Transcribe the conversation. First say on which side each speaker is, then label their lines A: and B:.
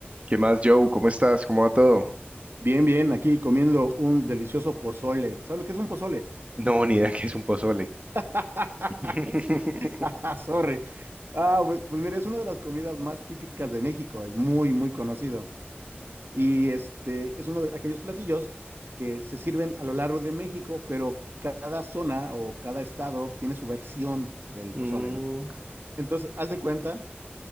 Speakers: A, on the right; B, on the right.
A: ¿Qué más, Joe? ¿Cómo estás? ¿Cómo va todo?
B: Bien, bien, aquí comiendo un delicioso pozole. ¿Sabes lo que es un pozole?
A: No, ni idea <laughs> que es un pozole.
B: <laughs>
A: <laughs>
B: Sí, <laughs> ah, sorry. Ah, pues, pues mira, es una de las comidas más típicas de México, es muy, muy conocido. Y este es uno de aquellos platillos que se sirven a lo largo de México, pero cada zona o cada estado tiene su versión del
A: Mm,
B: pozole, ¿no? Entonces, haz de cuenta